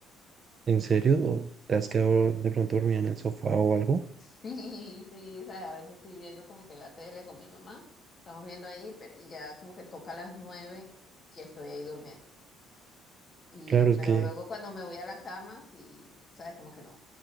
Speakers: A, on the right; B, on the left.
A: ¿En serio? ¿O te has quedado de pronto dormida en el sofá o algo?
B: Sí, sí, sabes, a veces estoy viendo como que la tele con mi mamá, estamos viendo ahí, pero y ya como que toca las nueve y estoy ahí durmiendo. Y,
A: Claro, es
B: pero
A: que,
B: luego cuando me voy a la cama, sí, sabes, como que no,